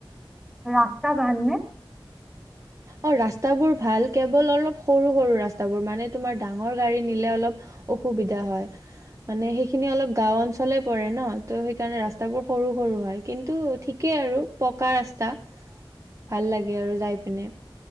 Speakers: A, in the centre; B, on the right.
A: ৰাস্তা বান্ধ নে?
B: অ ৰাস্তাবোৰ ভাল কেৱল অলপ সৰু সৰু ৰাস্তাবোৰ, মানে তোমাৰ ডাঙৰ গাড়ী নিলে অলপ অসুবিধা হয় মানে সেইখিনি অলপ গাওঁ অঞ্চলে পৰে ন ত সেইকাৰণে ৰাস্তাবোৰ সৰু সৰু হয় কিন্তু ঠিকেই আৰু পকা ৰাস্তা ভাল লাগে আৰু যাই। এপিনে